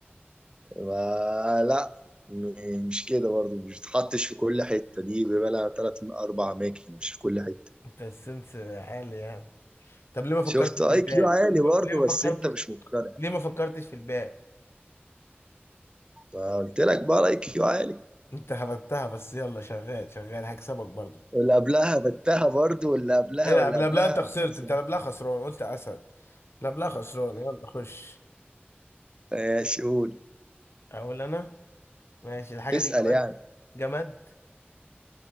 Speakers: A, on the right; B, on the left.
A: ما- لا م- مش كده برضه مش بتحطش في كل حتة دي بيبقى لها تلات أربع أماكن مش في كل حتة
B: أنت السنس حالي يعني طب ليه ما فكرتش
A: شفت اي
B: في الباب
A: كيو عالي
B: ليه ما
A: برضه
B: ليه ما فكرتش
A: بس أنت مش مقتنع
B: ليه ما فكرتش في الباب
A: فقلت لك بقى الاي كيو عالي
B: انت هبتها بس يلا شغال شغال هكسبك برضو
A: واللي قبلها بتها برضه واللي قبلها
B: ايه ده
A: واللي
B: قبل
A: قبلها
B: قبلها انت خسرت
A: ماشي
B: انت قبلها خسران قلت اسد قبلها خسران يلا خش
A: ماشي قول
B: اقول انا ماشي الحاجه
A: اسأل
B: دي جماد
A: يعني
B: جماد